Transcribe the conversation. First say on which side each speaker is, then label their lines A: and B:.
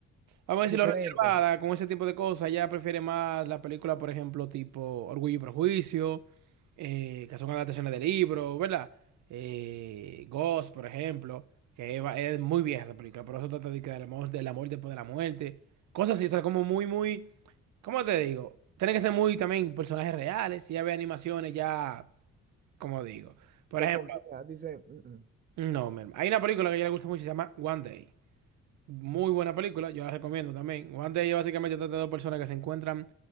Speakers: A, on the right (about 75°); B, on the right (about 30°).
A: vamos a decirlo,
B: Diferente.
A: reservada con ese tipo de cosas, ella prefiere más la película, por ejemplo, tipo Orgullo y Prejuicio, eh, que son adaptaciones de libros, ¿verdad? Eh, Ghost, por ejemplo, que va- es muy vieja esa película, pero eso trata de que del amor, del amor después de la muerte, cosas así, o sea, como muy, muy... ¿Cómo te digo? Tiene que ser muy también personajes reales. Si ya ve animaciones, ya, como digo. Por
B: De
A: ejemplo,
B: confianza. Dice, "Mm, mm,
A: no, mi hermano. Hay una película que a ella le gusta mucho, se llama One Day. Muy buena película, yo la recomiendo también. One Day es básicamente trata de dos personas que se encuentran